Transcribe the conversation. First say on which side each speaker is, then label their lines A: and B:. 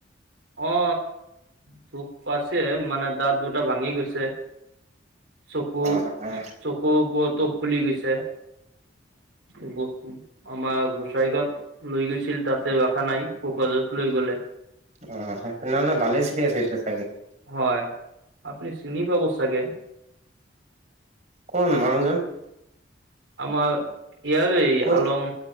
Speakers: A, on the right; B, on the right.
A: অ ধূপ পাইছে মানে দাঁত দুটা ভাঙি গৈছে চকু
B: অ অ
A: চকুৰ বোৰৰতো ফুলি গৈছে উমো আমাৰ গোসাই গত লৈ গৈছিল তাতে ৰখা নাই পোকজত লৈ গ'লে
B: অ তেনেহে ভালেই চিৰি আছে হৈছে চাগে
A: হয় আপুনি চিনি পাব চাগে
B: কোন মনোঞ্জন
A: আমাৰ ইাবে
B: ক'ৰ
A: আলম